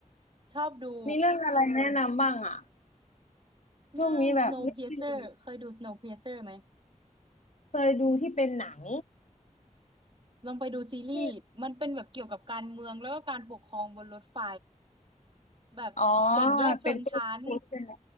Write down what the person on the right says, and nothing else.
ชอบดู
เรื่อง
Snowpiercer เคยดู Snowpiercer ไหม
ลองไปดูซีรีส์มันเป็นแบบเกี่ยวกับการเมืองแล้วก็การปกครองบนรถไฟ
แบบแบ่งแยกชนชั้น